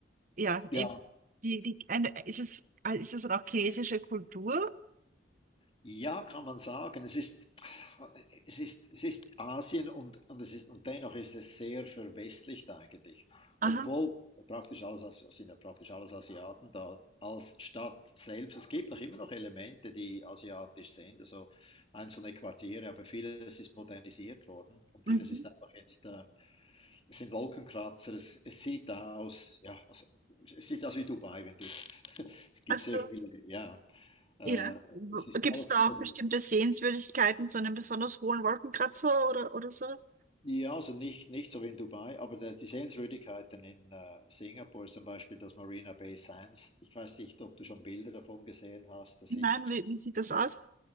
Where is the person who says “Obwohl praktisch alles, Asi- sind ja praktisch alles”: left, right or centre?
Left